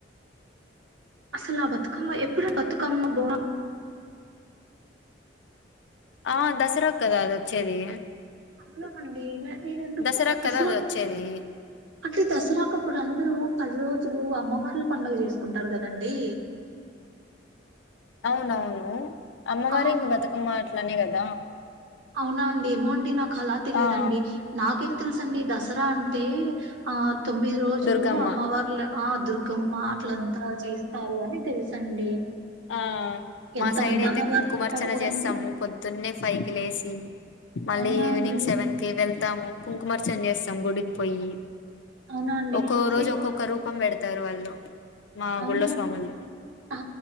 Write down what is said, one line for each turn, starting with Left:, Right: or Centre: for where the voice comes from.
Right: అసలు ఆ బతుకమ్మ ఎప్పుడు బతుకమ్మ బా
Left: ఆ దసరా కదా అది వచ్చేది
Right: అవునమండి నేను ఎందుకు
Left: దసరాకు
Right: పోత
Left: కదా
Right: దస
Left: అది వచ్చేది
Right: అంటే దసరాకు అప్పుడు అందరూ పది రోజులు అమ్మవార్ల పండగ చేసుకుంటారు కదండి
Left: అవునవును అమ్మవారు
Right: ఆ!
Left: ఇంక బతుకమ్మ అట్లనే కదా
Right: అవునా అండి ఏమో అండి నాకు అలా తెలీదండి
Left: ఆ
Right: నాకేం తెలుసండి దసరా అంటే ఆ తొమ్మిది రోజులు
Left: దుర్గమ్మ
Right: అమ్మవళ్లు ఆ దుర్గమా అట్లంతా చేస్తారు అని తెలుసండి
Left: ఆ మా
Right: ఎంతమంది
Left: సైడ్ అయితే
Right: అమ్మవార్లుంటారు
Left: కుంకుమార్చన
Right: గదండీ.
Left: చేస్తాము పొద్దున్నే ఫైవ్ కి లేసి మళ్ళీ
Right: అవునా
Left: ఈవినింగ్
Right: అండి.
Left: సెవెన్ కి వెళ్తాము కుంకుమార్చన చేస్తాము గుడికి పోయి
Right: అవునా అండి
Left: ఒక్కో
Right: అది
Left: రోజు
Right: కాదు
Left: ఒక్కొ ఒకక్క రూపం పెడతారు వాళ్ళు మా
Right: అవున్
Left: గుళ్ళో స్వాములు
Right: ఆ